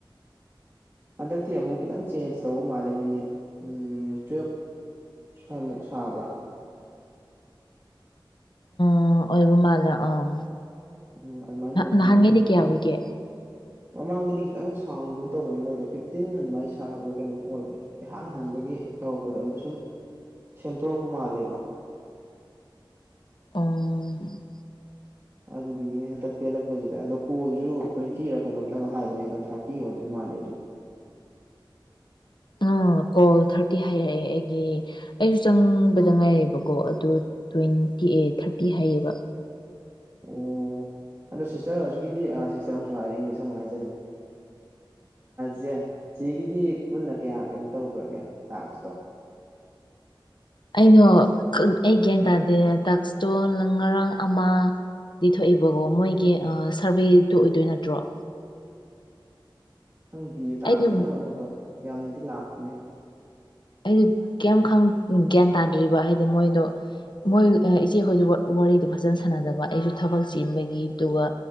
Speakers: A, on the right; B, on the left.
A: ꯍꯟꯗꯛꯇꯤ ꯑꯃꯨꯛ ꯈꯤꯇꯪ ꯆꯦꯟꯖ ꯇꯧꯕ ꯃꯥꯜꯂꯦ ꯃꯤꯅꯤꯠ ꯇꯨꯋꯦꯜꯞ ꯁꯨꯏꯃꯨꯛ ꯁꯥꯕ꯭ꯔꯥ
B: ꯎ ꯑꯣꯏꯕ ꯃꯥꯜꯂ ꯑꯥ
A: ꯎꯝ ꯑꯗꯨꯃꯥꯏꯅ ꯑꯣꯏꯕ
B: ꯅꯍꯥꯟꯒꯦꯅꯤ
A: ꯃꯥꯜꯂꯦ
B: ꯀꯌꯥ ꯍꯨꯏꯒꯦ꯫
A: ꯃꯃꯥꯡꯗꯗꯤ ꯈꯤꯇꯪ ꯁꯥꯡꯒꯨꯝ ꯇꯧꯕꯅꯦ ꯃꯣꯏꯗꯣ ꯐꯤꯐꯇꯤꯟ ꯑꯗꯨꯃꯥꯏꯅ ꯁꯥꯕ꯭ꯔꯥ ꯀꯩꯅꯣꯝ ꯑꯣꯏꯕꯅꯦ꯫ ꯏꯍꯥꯟ ꯍꯥꯟꯕꯒꯤ ꯇꯧꯔꯛꯄꯗꯣ ꯑꯗꯨ ꯁꯨꯝ ꯁꯦꯝꯗꯣꯔꯛꯄ ꯃꯥꯜꯂꯦꯕ
B: ꯎꯝ
A: ꯑꯗꯨꯗꯨꯒꯤꯅꯦ ꯍꯟꯇꯛ ꯇꯦꯜꯂꯛꯄꯁꯤꯗ ꯑꯗꯣ ꯀꯣꯜꯁꯨ ꯇ꯭ꯋꯦꯟꯇꯤꯔ ꯀꯩꯅꯣꯝꯇꯪ ꯍꯥꯏꯕꯅꯦ ꯑꯗꯣ ꯊꯥꯔꯇꯤ ꯑꯣꯏꯗꯣꯏ ꯃꯥꯜꯂꯦ ꯑꯗꯨꯝ
B: ꯑꯥ ꯀꯣꯜ ꯊꯥꯔꯇꯤ ꯍꯥꯏꯔꯛꯑꯦ ꯑꯩꯒꯤ ꯑꯩꯁꯨ ꯆꯪꯕꯗ ꯉꯥꯏꯔꯛꯑꯦꯕꯀꯣ ꯀꯣ ꯑꯗꯨ ꯇ꯭ꯋꯦꯟꯇꯤ ꯑꯦ ꯊꯥꯔꯇꯤ ꯍꯥꯏꯌꯦꯕ
A: ꯑꯣ ꯑꯗꯣ ꯁꯤꯁꯇꯔ ꯍꯧꯖꯤꯛꯀꯤꯗꯤ ꯁꯤꯁꯇꯔ ꯑꯃꯨꯛꯁꯨ ꯍꯥꯏꯔꯦ ꯏꯪꯂꯤꯁ ꯑꯃꯨꯛ ꯍꯥꯏꯖꯜꯂꯦ꯫ ꯁꯦ ꯆꯦꯒꯤꯗꯤ ꯄꯨꯟꯅ ꯀꯌꯥ ꯀꯩꯅꯣ ꯇꯧꯈ꯭ꯔꯒꯦ ꯇꯥꯛꯁꯇꯣ
B: ꯑꯩꯗꯣ ꯑꯩ ꯒ꯭ꯌꯥꯟ ꯇꯥꯗꯦ ꯇꯥꯛꯁꯇꯣ ꯉꯔꯥꯡ ꯑꯃ ꯂꯤ ꯊꯣꯛꯏꯦꯕꯀꯣ ꯃꯣꯏꯒꯤ ꯁꯔꯚꯦꯇꯨ ꯑꯣꯏꯗꯣꯏ ꯅꯠꯇ꯭ꯔꯣ?
A: ꯈꯪꯗꯦꯌꯦ ꯇꯥꯡꯁꯦ
B: ꯑꯩꯗꯨ
A: ꯑꯅꯧ ꯑꯅꯧꯕ ꯌꯥꯝꯅꯗꯤ ꯂꯥꯛꯄꯅꯦ꯫
B: ꯑꯩꯗꯤ ꯀꯩꯏꯝ ꯈꯪ ꯒ꯭ꯌꯥꯟ ꯇꯥꯗ꯭ꯔꯤꯕ ꯍꯥꯏꯗꯤ ꯃꯣꯏꯗꯣ ꯃꯣꯏ ꯑ ꯏꯆꯦꯈꯣꯏꯖꯨ ꯋꯥ ꯋꯥꯔꯤꯗꯣ ꯐꯖꯅ ꯁꯥꯟꯅꯗꯕ ꯑꯩꯁꯨ ꯊꯕꯛ ꯆꯤꯟꯕꯒꯤ ꯑꯗꯨꯒ